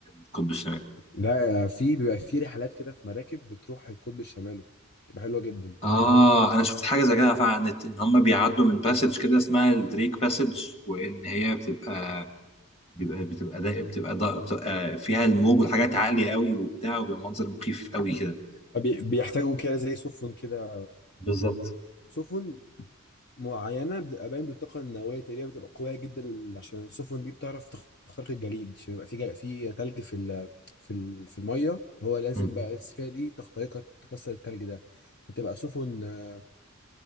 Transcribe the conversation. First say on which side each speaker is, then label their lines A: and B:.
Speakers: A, on the left; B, on the left.
A: القطب الشمالي
B: لا في بيبقى في رحلات كده في مراكب بتروح القطب الشمالي بتبقى حلوه جدا
A: اه انا شفت حاجه زي كده فعلا على النت ان هم بيعدوا من باسج كده اسمها الدريك باسج وان هي بتبقى بيبقى بتبقى ده بتبقى ده بتبقى فيها الموج والحاجات عاليه قوي وبتاع وبيبقى منظر مخيف قوي كده
B: بي- بيحتاجوا كده زي سفن كده
A: بالظبط
B: سفن معينه بتبقى باين بالطاقه النوويه تقريبا بتبقى قويه جدا ل- عشان السفن دي بتعرف تخترق الجليد عشان يبقى في جل... في تلج في ال... في ال... في الميه هو لازم
A: مم.
B: بقى السفينه دي تخترقها تكسر التلج ده هتبقى سفن آه،